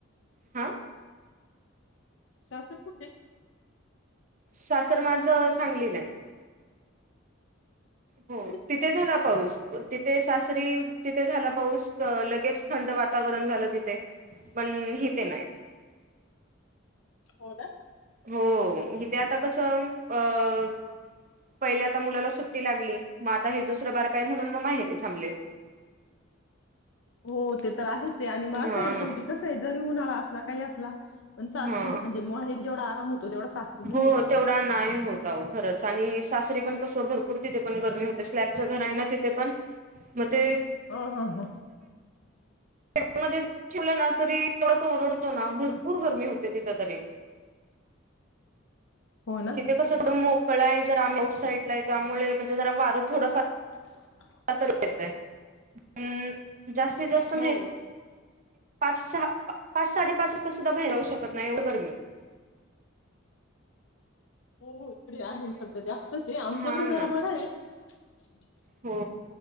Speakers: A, on the right (about 40°); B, on the left (about 65°).
A: हा
B: सासर कुठे आहे?
A: सासर माझं सांगलीलाय हो
B: तिकडे पण
A: तिथे
B: कव्हर
A: झाला पाऊस. तिथे सासरी तित झाला पाऊस लगेच थंड वा वातावरण झालं तिथे. पण ह ते नाय.
B: हो ना?
A: हो हिथ आता कसं अं पहिल्या आता मुलाला सुट्टी लागली, मग आता हे दुसरं बारक हाय म्हणून मग माहेरी थांबले.
B: हो ते तर आहेच आहे आणि मग
A: हा
B: असं आहे
A: ना
B: शेवटी कसं आहे जर उन्हाळा असला काही असला पण सासरी
A: हा
B: म्हणजे मोहे जेवढा आराम तेवढा सासरी नाही
A: हो
B: होत आराम
A: तेवढा नाही होत आहो खरच आणि सासरी पण तस भरपूर तिथे पण गर्मी होते. स्लॅपचं घर आहे ना तिथे पण, मग ते
B: हो, हो, हो.
A: खे मध्ये ठेवलं ना तरी थोडा त ओरडतो ना भरपूर गरमी होत तिथ तरी
B: हो ना
A: हिथे कस एढं मोकळ आहे जरा आम्ही आऊट साईडला हाय. त्यामुळे ज जरा वार थोडासा
B: <inaudible>
A: <inaudible> जास्तीत जास्त नाही.
B: हो
A: पाच सहा पाच साडेपाच वाजता सुद्धा बाहेर जाऊ शकत नाही येव गर्मी
B: हो, हो. डे आहे सध्या जास्तचे आमच्याकडे
A: हा ना
B: जरा बरं आहे.. हम्म.
A: हो.